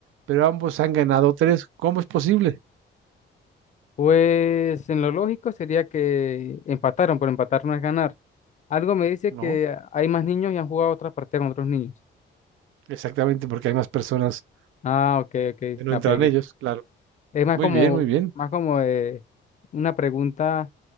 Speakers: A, on the right (about 85°); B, on the left (about 35°).
A: pero ambos han ganado tres. ¿Cómo es posible?
B: Pues en lo lógico sería que empataron, pero empatar no es ganar. Algo me dice
A: No,
B: que hay más niños y han jugado otras partidas con otros niños.
A: exactamente, porque hay más personas
B: Ah, ok, ok,
A: donde no
B: la
A: entran
B: pegué.
A: ellos, claro.
B: Es más
A: Muy
B: como,
A: bien, muy bien.
B: más como eh, una pregunta